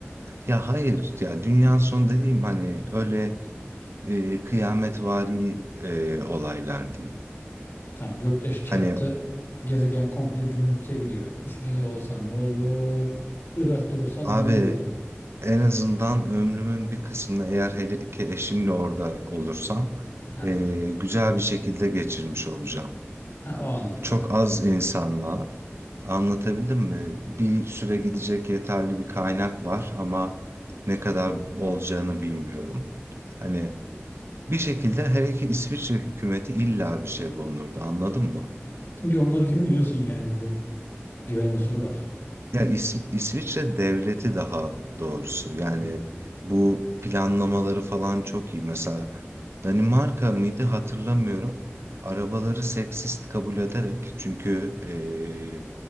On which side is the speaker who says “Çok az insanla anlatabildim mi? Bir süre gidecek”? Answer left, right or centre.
Right